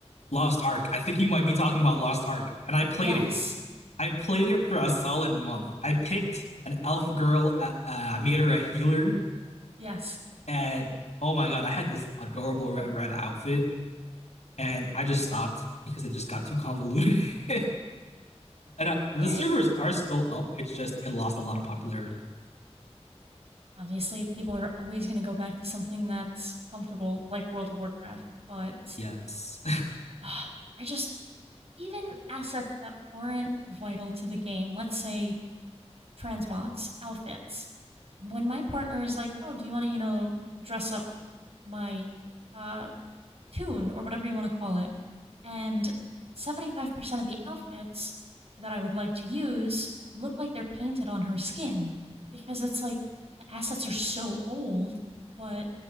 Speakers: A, on the left; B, on the right.
A: Lost Ark. I think you might be talking about Lost Ark, and I played
B: Yes.
A: it. I played it for a solid month. I picked an elf girl. Uh, uh, I made her a healer
B: Yes.
A: And oh my God, I had this adorable red, red outfit, and I just stopped because it just got too convoluted. <laughs> And I, the
B: Yeah,
A: servers
B: it
A: are still up. It's just it lost a lot of popularity.
B: obviously, people are always gonna go back to something that's comfortable, like World of Warcraft, but,
A: Yes,
B: ah, I just even assets that aren't vital to the game, let's say transmogs, outfits. When my partner is like, "Oh, do you wanna, you know, dress up my uh, tune or whatever you want to call it. And 75% of the outfits that I would like to use look like they're painted on her skin because it's like the assets are so old, but